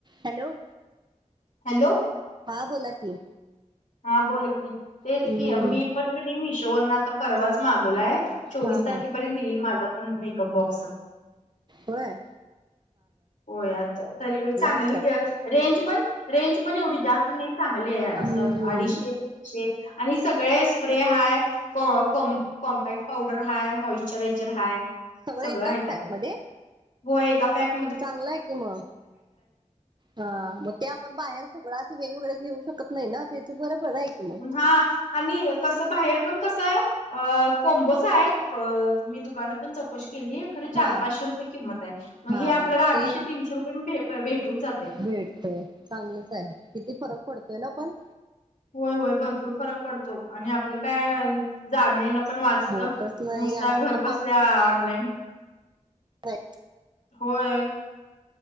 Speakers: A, on the right; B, on the left.
A: Hello,
B: hello,
A: हा बोला की.
B: हा बोला की, तेच
A: हम्म
B: की मी पण कणी मिशोवरन आता परवाच मागवलाय. चोवीस
A: हा
B: तारखेपर्यंत
A: हा
B: येईल माझं पण मेकअप बॉक्स.
A: व्हय.
B: व्हय आत, तरी बी चांगली
A: असतात
B: कि रेंज पण रेंज पण एवढी जास्त नाही चांगले.
A: हम्म
B: असं अडीचशे, तीनशे शे आणि सगळे स्प्रे हाय को कोम कॉम्पॅक्ट पावडर हाय, मॉइस्चरायझर हाय. सगळं
A: एकाच
B: आहे त्यात.
A: पॅक मध्ये
B: हो एका पॅक
A: चांगलं आहे कि म. हा मग ते आपण बाहेर सगळं असं वेगवेगळं घेऊ शकत नाही ना, ते इथ बरबर आहे. की मग
B: हा आणि कसं, बाहेर पण कसं य अ कोंबोच आहेत क मी दुकानात पण चौकशी केली. खरे चार
A: हा
B: पाचशे रुपये किंमत आहे. मग
A: हा
B: हे आपल्याला अडीचशे
A: ते
B: तीनशे रुपये भ भेटून जाते.
A: भेटतय. चांगलंच आहे. किती फरक पडतोय ना पण.
B: होय होय भरपूर फरक पडतो. आणि अप पलं काय जाणं येणं पण वाचतं.
A: होतच नाही
B: नुसत
A: आणि आता
B: घर बसल्या ऑनलाईन
A: व्हय.
B: होय.